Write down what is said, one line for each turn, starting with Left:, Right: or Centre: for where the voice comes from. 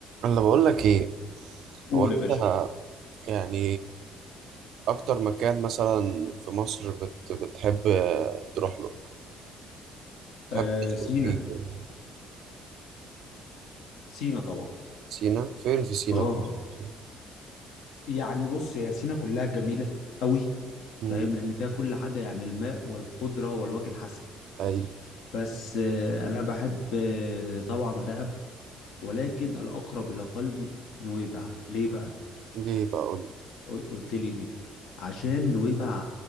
Right: انا بقول لك ايه
Left: قول
Right: هو انت
Left: يا باشا
Right: يعني اكتر مكان مثلا في مصر بت بتحب تروح له تحب
Left: آه
Right: تخرج
Left: سينا
Right: فيه كده؟
Left: سينا طبعا
Right: سينا فين في سينا
Left: اه
Right: بالظبط
Left: يعني بص هي سينا كلها جميلة قوي
Right: مم.
Left: فاهم لأن فيها كل حاجة يعني الماء والخضرة والوجه الحسن
Right: اي
Left: بس آه أنا بحب آه طبعا دهب ولكن الأقرب إلى قلبي نويبع ليه بقى؟
Right: ليه بقى اقول لك
Left: قل- قلت لي ليه؟ عشان نويبع